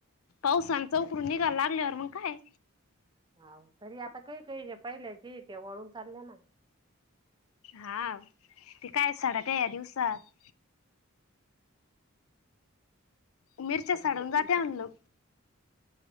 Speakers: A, on the left (about 85°); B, on the right (about 20°).
A: पावसान चौकरून- च अ लागलेवर बखा.
B: हा तरी आता काही काही पहिले जे तेे वळून. चालले ना
A: हा. ते काय साडा त्या या्या दिवसात. मिरच्या
B: आधी
A: सडुनजात्याल
B: झोपील सगळं
A: म्हणल.